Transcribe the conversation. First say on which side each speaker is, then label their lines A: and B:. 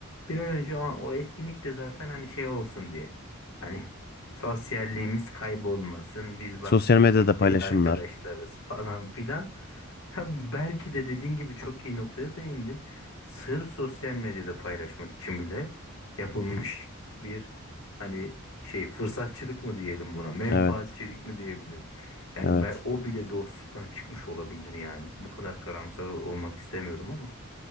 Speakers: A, on the left; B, on the left.
A: bir an önce o, o etkinlik de zaten hani şey olsun diye hani sosyalliğimiz kaybolmasın biz bak
B: Sosyal
A: birlikte
B: medyada paylaşımlar.
A: arkadaşlarız falan filan Ha, belki de dediğin gibi çok iyi noktaya değindin sırf sosyal medyada paylaşmak için bile yapılmış bir hani şey fırsatçılık mı diyelim buna menfaatçilik
B: Evet,
A: mi diyebilirim yani
B: evet.
A: ben o bile dostluktan çıkmış olabilir yani. Bu kadar karamsar olmak istemiyorum ama